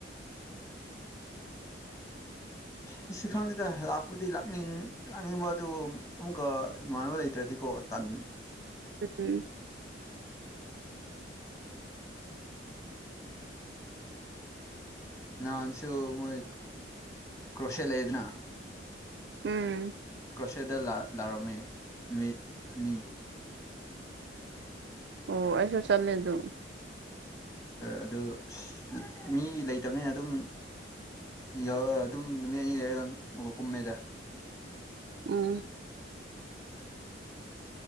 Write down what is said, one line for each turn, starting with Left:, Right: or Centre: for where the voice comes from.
Left: ꯐꯁ ꯈꯪꯗꯦꯗ ꯂꯥꯛꯄꯨꯗꯤ ꯂꯥꯛꯅꯤꯡ ꯂꯥꯛꯅꯤꯡꯕ ꯑꯗꯨ ꯑꯃꯨꯛꯀ ꯏꯃꯥꯟꯅꯕ ꯂꯩꯇ꯭ꯔꯗꯤꯀꯣ ꯃ ꯇꯥꯟ
Right: ꯎꯝ
Left: ꯅꯍꯥꯟꯁꯨ ꯃꯣꯏ ꯀ꯭ꯔꯣꯁꯦꯠ ꯂꯩꯗꯅ
Right: ꯎꯝ
Left: ꯀ꯭ꯔꯣꯁꯦꯗ ꯂꯥ ꯂꯥꯎꯔꯝꯃꯤ ꯅꯨꯃꯤꯠ ꯑꯅꯤ
Right: ꯑꯣ ꯑꯁꯥ ꯆꯠꯂꯦ ꯗꯨꯝ
Left: ꯑꯗꯨ ꯑꯁ ꯃꯤ ꯂꯩꯇꯝꯅꯤꯅ ꯑꯗꯨꯝ ꯌꯧꯔ ꯑꯗꯨꯝ ꯅꯨꯃꯤꯠ ꯑꯅꯤ ꯂꯩꯔꯒ ꯀꯨꯝꯃꯦꯗ
Right: ꯎꯝ
Left: <inaudible>